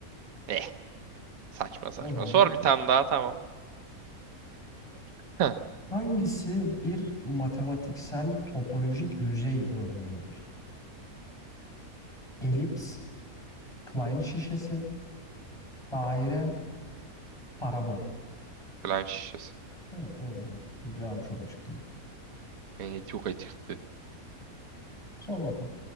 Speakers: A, on the right (about 70°); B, on the left (about 20°).
A: eh. Saçma saçma.
B: O zaman
A: Sor bir tane daha tamam. Heh,
B: hangisi bir matematiksel topolojik yüzey örneğidir? Elips, Klein şişesi, daire, parabol.
A: Plan şişesi.
B: Evet doğru ya. Bu cevabı çok açık değil. mi?
A: Yani çok açıktı.
B: Sor bakalım.